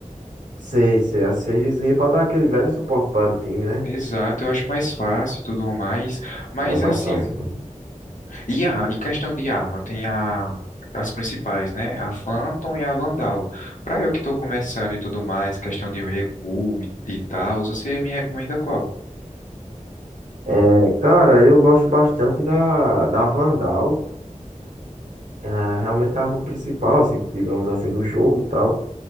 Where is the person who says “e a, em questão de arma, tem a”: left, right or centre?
Left